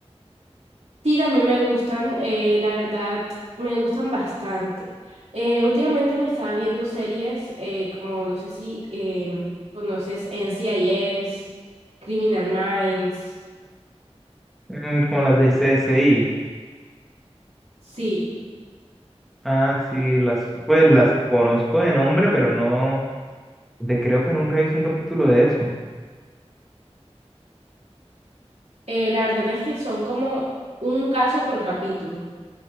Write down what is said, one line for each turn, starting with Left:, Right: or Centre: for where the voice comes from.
Right: Sí, también me gustan, eh, la verdad, me gustan bastante. Eh, últimamente me estaba viendo series eh, como, no sé si em, conoces NCIS, Criminal Minds.
Centre: Mm, como las de CSI.
Right: Sí,
Centre: Ah, sí, las, pues las conozco de nombre, pero no, de creo que nunca hice un capítulo de eso.
Right: eh, la verdad es que son como un caso por capítulo,